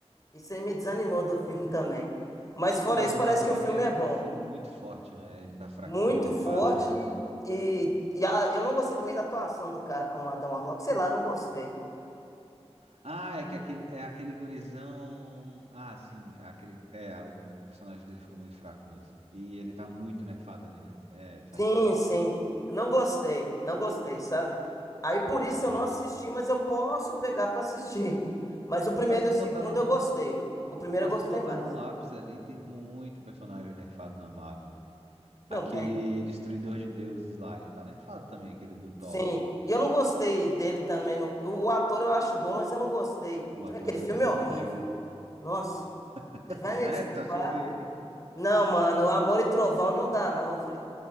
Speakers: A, on the left; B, on the right.
A: Isso aí me desanimou do <laughs> filme também. Mas fora
B: O Adam
A: isso, parece
B: Arlock
A: que o filme
B: era
A: é bom.
B: pra ser muito forte, né? Ele tá fraquinho,
A: Muito
B: nerfado
A: forte
B: ali, né?
A: e, e a- eu não gostei também da atuação do cara como Adam Warlock. Sei lá, não gostei.
B: Ah, é que aquele, é aquele gurizão. Ah, sim, aquele. É, o, o personagem dele ficou meio fraco mesmo. E ele tá muito nerfado ali, né? É, faz
A: Sim,
B: sentido, o que
A: sim.
B: tu falou.
A: Não gostei, não gostei, sabe? Aí por isso
B: É
A: eu não
B: justo.
A: assisti, mas eu posso pegar pra assistir. Mas o primeiro
B: Mas se
A: e
B: tu
A: o segundo
B: botar no.
A: eu gostei. O primeiro
B: Mas
A: eu gostei
B: se tu botar
A: mais.
B: no lápis ali, tem muito personagem nerfado na Marvel.
A: Não
B: Aquele
A: tem.
B: Destruidor de Deuses lá, ele tá nerfado também, aquele do Thor.
A: Sim. E eu não gostei dele também. no- O, o ator eu acho bom, mas eu não gostei.
B: O
A: Também
B: ator
A: aquele
B: é
A: filme
B: muito bom,
A: é horrível.
B: que é o.
A: Nossa,
B: <laughs>
A: você vai
B: Sério,
A: me desculpar.
B: tu achou horrível?
A: Não, mano, Amor e Trovão não dá, não, velho.